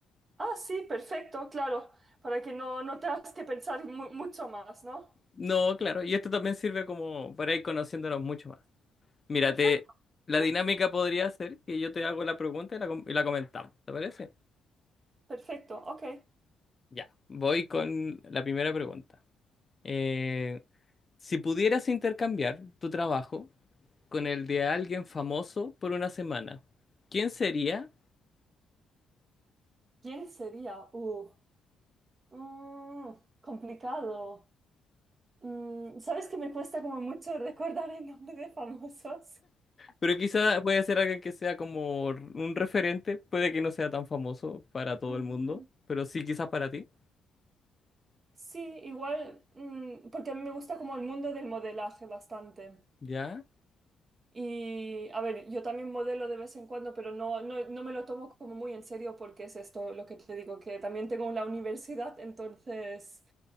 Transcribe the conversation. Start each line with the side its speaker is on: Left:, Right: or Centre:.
Right: Ah, sí, perfecto, claro, para que no, no tengas que pensar mu- mucho más, ¿no?
Left: No, claro, y esto también sirve como para ir conociéndonos mucho más. Mira,
Right: Perfecto,
Left: te- la
Right: sí,
Left: dinámica podría ser que yo te hago la pregunta y la, com- y la comentamos, ¿te parece?
Right: perfecto, ok.
Left: Ya, voy con la primera pregunta. Eh, si pudieras intercambiar tu trabajo con el de alguien famoso por una semana, ¿quién sería?
Right: ¿Quién sería? Uh, mm, complicado. Mm, ¿sabes que me cuesta como mucho recordar el nombre de famosos?
Left: Pero quizá puede ser alguien que sea como un referente, puede que no sea tan famoso para todo
Right: Mm,
Left: el mundo, pero sí quizás para ti.
Right: sí, igual, mm, porque a mí me gusta como el mundo del modelaje bastante.
Left: ¿Ya?
Right: Y a ver, yo también modelo de vez en cuando, pero no, no, no me lo tomo como muy en serio porque es esto lo que te digo, que también tengo la universidad, entonces